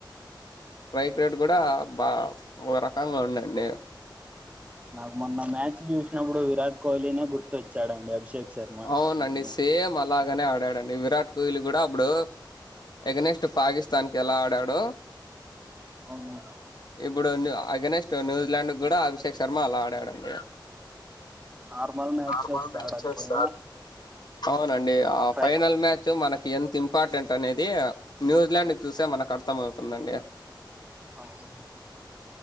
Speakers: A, on the left; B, on the right.
A: రైక్ రేట్ కూడా బా ఒక రకంగా ఉండండి
B: నాకు మొన్న మ్యాచ్ చూసినప్పుడు విరాట్ కోహ్లీనే గుర్తుచ్చాడండి అభిషేక్ శర్మ
A: అవునండి
B: అప్పుడు
A: సేమ్ అలాగనే ఆడాడండి విరాట్ కోహ్లీ కూడా అప్పుడు ఎగనెస్ట్ పాకిస్తాన్ కి ఎలా ఆడాడో
B: అవునా
A: ఇప్పుడు న్యూ అగెనెస్ట్ న్యూజిలాండ్ కూడా అభిషేక్ శర్మ అలా ఆడాడండి
B: నార్మల్ మ్యాచ్
A: నార్మల్
B: చేస్తా
A: మ్యాచెస్
B: ఆడకపోయి
A: అవునండి ఆ
B: ఫై
A: ఫైనల్ మ్యాచ్ మనకి ఎంత ఇంపార్టెంట్ అనేది ఇది న్యూజిలాండ్ చూసే మనకు అర్థం అవుతుందండి
B: అవును